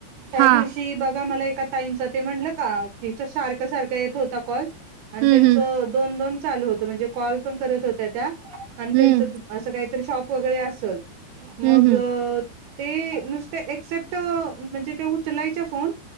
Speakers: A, on the right; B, on the right.
A: त्या
B: हां
A: दिवशी बघा मला एका... ताईचं ते म्हणलं का तिच्या सारखं सारखं येत होता कॉल.... आणि
B: हं
A: त्यांचं
B: हं
A: दोन चालू होत म्हणजे कॉल पण करत होत्या त्या..... आणं
B: हं
A: त्येचं असं काय..... शॉप वगैर असल? मग
B: हं हं
A: ते नुसते एक्सेप्ट म्हणजे ते उचलायचे फोन